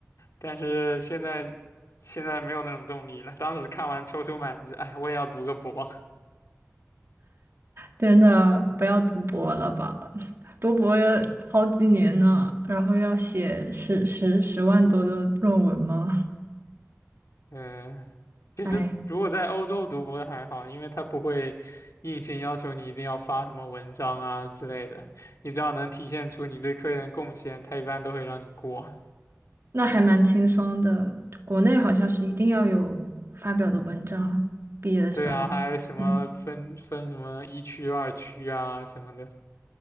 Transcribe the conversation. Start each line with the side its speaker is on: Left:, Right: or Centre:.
Left: 但是现在现在没有那种动力了。当时看完踌躇满志，哎，我也要读个博。
Right: 真的不要读博了吧，<laughs> 读博要好几年呢，然后要写十十十万多的论文吗？
Left: 嗯，
Right: <laughs>
Left: 其实如果在欧洲读博的还好，
Right: 哎。
Left: 因为他不会硬性要求你一定要发什么文章啊之类的，你只要能体现出你对科研的贡献，他一般都会让你过。
Right: 那还蛮轻松的。国内好像是一定要有发表的文章，毕业的时候，
Left: 对啊，还有什么分分什么一区、
Right: 嗯，
Left: 二区啊什么的